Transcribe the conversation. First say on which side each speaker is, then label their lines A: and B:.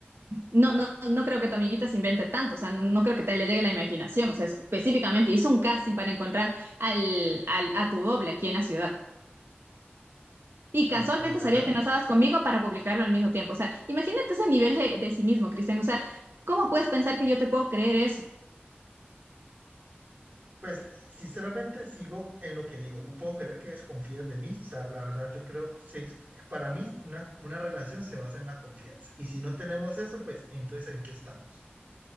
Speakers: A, on the right; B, on the right.
A: No, no, no creo que tu amiguita se invente tanto, o sea, no, no creo que te le llegue la imaginación, o sea, específicamente hizo un casting para encontrar al, al, a tu doble aquí en la ciudad. Y casualmente
B: No, pues la verdad,
A: sabía que no estabas conmigo para publicarlo al mismo tiempo. O sea, imagínate ese nivel de, de cinismo, Cristian. O sea, ¿cómo puedes pensar que yo te puedo creer eso?
B: pues sinceramente sigo en lo que digo, no puedo creer que desconfíes de mí. O sea, la verdad yo creo, sí, para mí una, una relación se basa en la confianza. Y si no tenemos eso, pues entonces ¿en qué estamos?